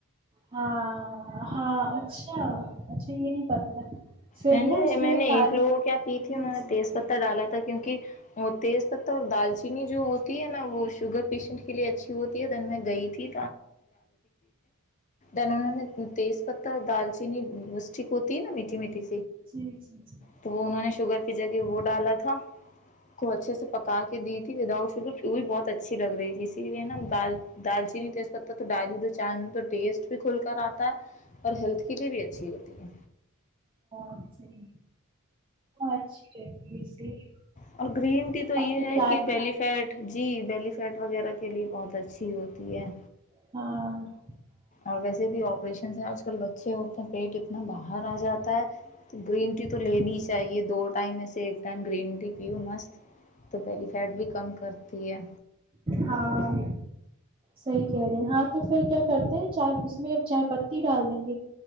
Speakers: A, on the right; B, on the left.
A: ہاں اچھا اچھا یہ نہیں پتا تھا پھر
B: میں نے
A: نا اس
B: میں نے
A: کالی
B: ایک لوگوں کو کیا پی
A: جی
B: تھی انہوں نے
A: جی
B: تیز پتہ کیونکہ بہت تیز پتہ اور دالچینی جو ہوتی ہے نا وہ شوگر پیشنٹ کے لیے اچھی ہوتی ہے دن میں گئی تھی انہوں نے اتنی تیز پتہ دالچینیسٹی کو ہوتی ہے نا میٹھی میٹھی
A: جی جی جی
B: تو انہوں نے شوگر وہ ڈالا تھا کو اچھے سے پکا کے دی تھی وداؤٹ ادھر فیول بہت اچھی لگ رہی تھی اسی لیے نال دال چینی تو اس وقت تو ڈائری دو چاند تو ٹیسٹ بھی کھل کر اتا ہے اور ہیلتھ کے لیے بھی اچھی ہوتی ہے
A: <unintelligible>
B: <unintelligible> تو یہ
A: اب
B: ہے
A: چائے
B: کہ بیلیفیٹ جی بیلی سیٹ وغیرہ کے لیے بہت اچھی ہوتی ہے
A: ا <unintelligible>
B: اور ویسے بھی اپریشنز ہیں اج کل بچے ہوتے ہیں پیٹ اتنا باہر ا جاتا ہے گرین ٹی تو لے نہیں چاہیے دو ٹائم میں سے ایک ٹائم گرین ٹی ہو مست تو پہلی فیٹ بھی کم کرتی ہے
A: ہاں صحیح کہہ رہے ہیں ہاں تو پھر کیا کرتے ہیں چائے اس میں چائے پتی ڈال دیں گے